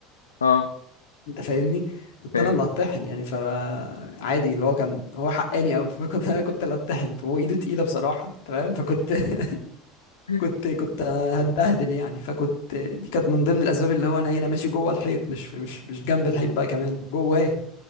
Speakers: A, on the left; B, on the left.
A: اه
B: انت فاهمني كنت
A: فاهم
B: انا اللي اتطحن يعني فعادي اللي هو كان هو حقاني قوي <laughs> فكنت انا كنت اللي اتطحن فهو ايده تقيله بصراحه تمام فكنت <laughs>
A: <laughs>
B: كنت كنت هتبهدل يعني فكنت دي كانت من ضمن الاسباب اللي هو انا هنا ماشي جوه الحيط مش مش مش جنب الحيط بقى كمان جواه